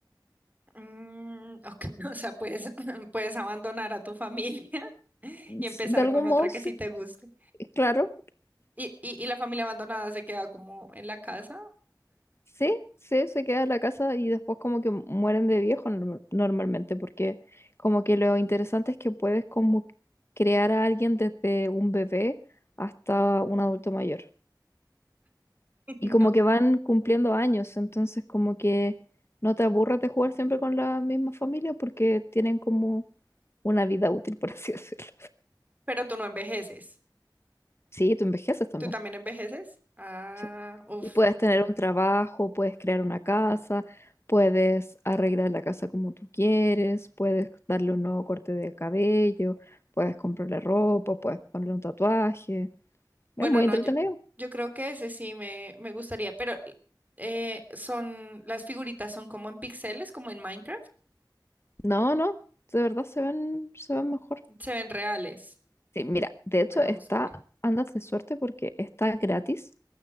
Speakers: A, on the right; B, on the left.
A: Mm, ok, <laughs> o sea, puedes, <laughs> puedes abandonar a tu familia <laughs> y empezar
B: S- De algún
A: con otra
B: modo,
A: que
B: sí,
A: sí te guste.
B: claro.
A: ¿Y, y, y la familia abandonada se queda como en la casa?
B: Sí, sí, se queda en la casa y después como que mueren de viejo norm- normalmente, porque como que lo interesante es que puedes como crear a alguien desde un bebé hasta un adulto mayor.
A: <laughs>
B: Y
A: No.
B: como que van cumpliendo años, entonces como que no te aburras de jugar siempre con la misma familia porque tienen como una vida útil, <laughs> por así decirlo.
A: Pero tú no envejeces.
B: Sí, tú envejeces también.
A: ¿Tú también envejeces? Ah,
B: Sí.
A: uff.
B: Y puedes tener un trabajo, puedes crear una casa, puedes arreglar la casa como tú quieres, puedes darle un nuevo corte de cabello, puedes comprarle ropa, puedes ponerle un tatuaje.
A: Bueno,
B: Es muy
A: no,
B: entretenido.
A: yo, yo creo que ese sí me, me gustaría, pero eh, son, las figuritas son como en píxeles, como en Minecraft.
B: No, no, de verdad se ven, se ven mejor.
A: Se ven reales.
B: Sí, mira, de
A: Voy
B: hecho
A: a
B: está,
A: buscar
B: andas de suerte porque está gratis.